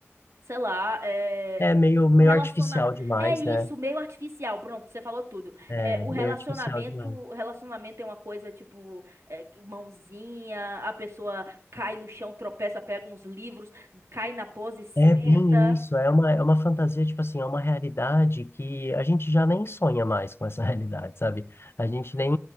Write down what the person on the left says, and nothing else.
É meio, meio
artificial demais,
né?
É,
meio
artificial demais.
É bem isso, é uma, é uma fantasia, tipo assim, é uma realidade que a gente já nem sonha mais com essa <laughs> realidade, sabe? A gente nem